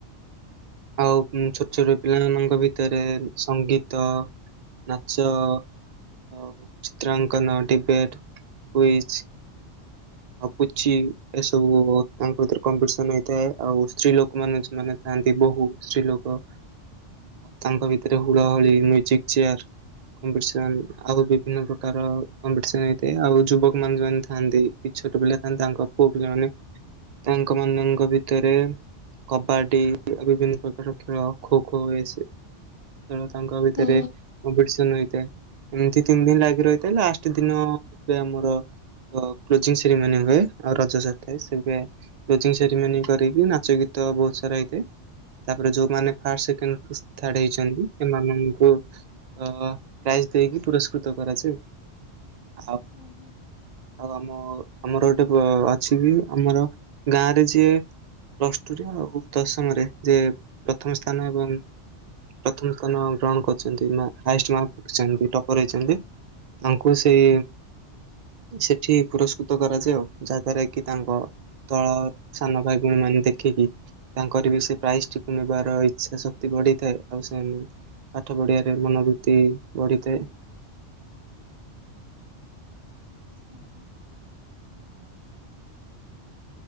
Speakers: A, on the right; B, on the right.
A: ଆଉ ଛୋଟ ଛୋଟ ପିଲାମାନଙ୍କ ଭିତରେ ସଙ୍ଗୀତ ନାଚ ଅ ଚିତ୍ରାଙ୍କନ ଡିବେଟ୍ କୁଇଜ୍ ଆଉ ପୁଚି ଏସବୁ ତାଙ୍କ ଭିତରେ କମ୍ପିଟିସନ ହେଇଥାଏ ଆଉ ସ୍ତ୍ରୀ ଲୋକ ମାନ ସେମାନେ ଥାଆନ୍ତି ବୋହୁ ସ୍ତ୍ରୀ ଲୋକ ତାଙ୍କ ଭିତରେ ହୁଳ ହୁଳି ମିଉଜିକ୍ ଚେୟର କମ୍ପିଟିସନ ଆଉ ବିଭିନ୍ନ ପ୍ରକାର କମ୍ପିଟିସନ ହେଇଥାଏ ଆଉ ଯୁବକ ମାନେ ଯୋଉମାନେ ଥାନ୍ତି କି ଛୋଟ ପିଲା ଥାନ୍ତି ତାଙ୍କ ପୁଅ ପିଲା ମାନେ ତାଙ୍କ ମାନଙ୍କ ଭିତରେ କବାଡି ବିଭିନ୍ନ ପ୍ରକାର ଖେଳ ଖୋ ଖୋ ଇଏ ସିଏ ଖେଳ ତାଙ୍କ ଭିତରେ
B: ହୁଁ
A: କମ୍ପିଟିସନ ହେଇଥାଏ ଏମତି ତିନି ଦିନ ଲାଗି ରହିଥାଏ, ଲାଷ୍ଟ ଦିନ ଏବେ ଆମର କ୍ଲୋଜିଂ ସେରିମନି ହୁଏ ଆଉ ରଜ ଥାଏ ସେ ହୁଏ। କୋଜିଙ୍ଗୀ ସେରିମନି କରିକି ନାଚ ଗୀତ ବହୁତ ସାରା ହେଇଥାଏ। ତାପରେ ଯୋଉମାନେ ଫାଷ୍ଟ ସେକେଣ୍ଡ ଥାଡେ ହେଇଛନ୍ତି ସେମାନଙ୍କୁ ଅ ପ୍ରାଇଜ ଦେଇକି ପୁରସ୍କୃତ କରାଯାଏ ଆ
B: ହୁଁ ହୁଁ
A: ଆଉ ଆମ ଆମର ଗୋଟେ ଅଛି କି ଆମର ଗାଁ ରେ ଯିଏ ପ୍ଲସ ଟୁରେ ଆଉ ଦଶମରେ ଯେ ପ୍ରଥମ ସ୍ଥାନ ଏବଂ ପ୍ରଥମ ସ୍ଥାନ ଗ୍ରହଣ କରିଛନ୍ତି, ନା ହାଏଷ୍ଟ ମାର୍କ ରଖିଛନ୍ତି ଟପର ହେଇଛନ୍ତି। ତାଙ୍କୁ ସେଇ ସେଠି ପୁରସ୍କୃତ କରାଯାଏ। ଯାହା ଦ୍ଵାରା କି ତାଙ୍କ ତଳ ସାନ ଭାଇ ଭଉଣୀ ମାନେ ଦେଖିକି ତାଙ୍କର ବି ସେ ପ୍ରାଇଜ ଟିକୁ ନେବାର ଇଚ୍ଛା ଶକ୍ତି ବଢିଥାଏ। ଆଉ ସେ ପାଠ ପଢ଼ିଵା ରେ ମନୋବୃତ୍ତି ବଢ଼ିଥାଏ।
B: ଉଁ ହୁଁ।